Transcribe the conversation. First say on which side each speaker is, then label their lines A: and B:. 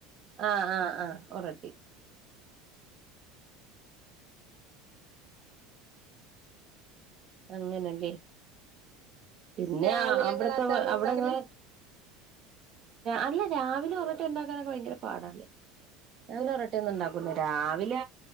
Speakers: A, on the right; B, on the right.
A: ആഹ് ആഹ് ആഹ് ഒറോട്ടി അങ്ങനല്ലേ പിന്നെ
B: രാവിലെ
A: അവിടുത്തത്
B: ഇങ്ങള് അതാണോ
A: അവിടങ്ങ
B: ഉണ്ടാക്കല്
A: അല്ല രാവിലെ ഒറങ്ങ ഇതിണ്ടാക്കാനൊക്കെ ഭയങ്കര പാടല്ലേ ഞാൻ
B: ആഹ്
A: ഒറോട്ടിയൊന്നും ഉണ്ടാക്കൂല്ല രാവി ല